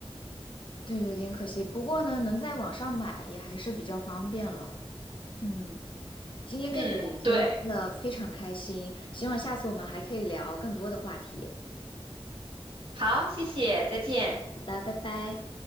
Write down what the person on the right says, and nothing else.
嗯，对，
好，谢谢，再见。